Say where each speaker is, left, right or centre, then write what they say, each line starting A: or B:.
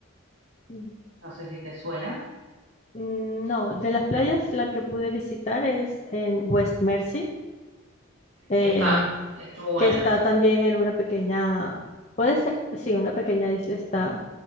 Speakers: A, on the left; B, on the right.
A: Mm,
B: No sé si te suena.
A: Mm, No, de las playas la que pude visitar es en West Mercy, eh,
B: Y está, estuvo buena.
A: que está también en una pequeña, puede ser, sí, una pequeña isla está